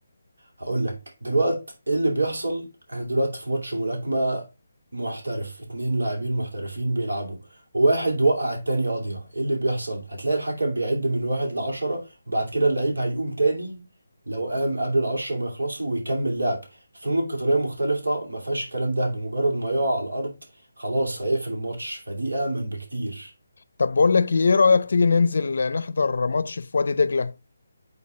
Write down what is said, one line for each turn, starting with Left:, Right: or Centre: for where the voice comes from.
Right: هقول لك دلوقتي ايه اللي بيحصل احنا دلوقتي في ماتش ملاكمة محترف اتنين لاعبين محترفين بيلعبوا وواحد وقع التاني قاضية ايه اللي بيحصل هتلاقي الحكم بيعد من واحد لعشرة وبعد كده اللعيب هيقوم تاني لو قام قبل العشرة ما يخلصوا ويكمل لعب الفنون القتالية مختلفة ما فيهاش الكلام ده بمجرد ما يقع على الأرض خلاص هيقفل الماتش فدي أأمن بكتير
Left: طب بقول لك ايه إيه رايك تيجي ننزل نحضر ماتش في وادي دجله